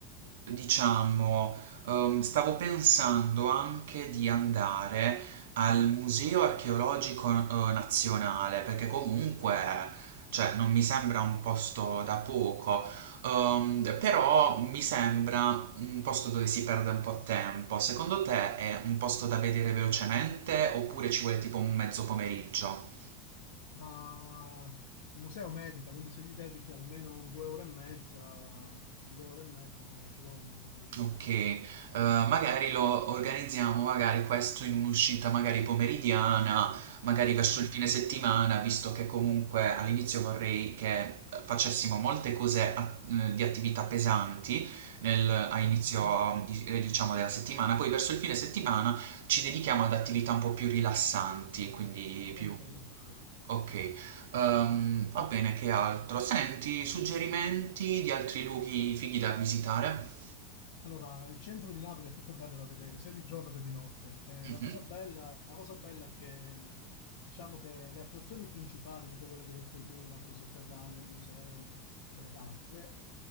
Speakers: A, on the right; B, on the left.
A: diciamo, ehm, stavo pensando anche di andare al Museo Archeologico eh, Nazionale, perché comunque, cioè, non mi sembra un posto da poco, ehm, però mi sembra un posto dove si perde un po' tempo. Secondo te è un posto da vedere velocemente oppure ci vuole tipo un mezzo pomeriggio?
B: Ma il museo merita, quindi se gli dedichi almeno un due ore e mezza, due ore e mezza ci vogliono, capito?
A: Okay, uhm, magari lo organizziamo magari questo in un'uscita magari pomeridiana, magari
B: Sì,
A: verso
B: sì,
A: il fine settimana, visto che comunque all'inizio vorrei che, uhm, facessimo molte cose a mhmm, di attività pesanti nel a
B: ok,
A: inizio di ehm, diciamo della settimana, poi verso il fine settimana ci dedichiamo ad attività un po' più rilassanti, quindi più
B: ok, ok.
A: okay. Uhm, va bene, che altro? Senti, suggerimenti di altri luoghi fighi da visitare?
B: Allora, il centro di Napoli è tutto bello da vedere, sia di giorno che di notte. Eh,
A: Mh-mh.
B: la cosa bella, la cosa bella è che, diciamo che le attrazioni principali, tipo quelle che hai detto tu, Napoli Sotterranea, il museo ed altre,